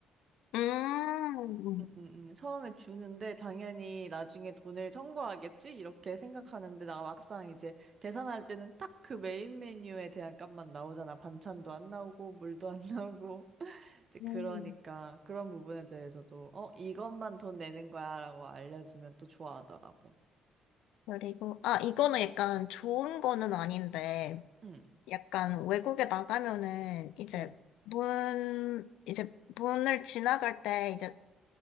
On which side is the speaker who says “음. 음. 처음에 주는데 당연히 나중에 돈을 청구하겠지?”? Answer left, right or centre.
Right